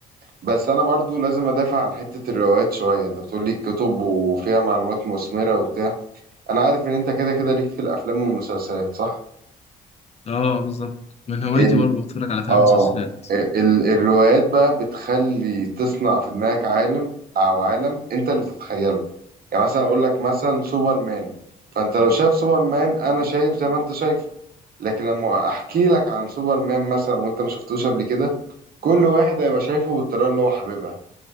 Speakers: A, on the right; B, on the left.
A: بس انا برضو لازم ادافع عن حتة الروايات شوية انت بتقول لي كتب وفيها معلومات مثمرة وبتاع انا عارف ان انت كده كده ليك في الافلام والمسلسلات صح
B: اه بالظبط من هوايتي
A: ال...
B: برضه بتفرج على افلام
A: اه
B: ومسلسلات
A: ال... الروايات بقى بتخلي تصنع في دماغك عالم او عالم انت اللي بتتخيله يعني مثلا اقول لك مثلا سوبرمان فانت لو شايف سوبرمان انا شايف زي ما انت شايفه لكن لما احكي لك عن سوبرمان مثلا وانت ما شفتوش قبل كده كل واحد هيبقى شايفه بالطريقة اللي هو حاببها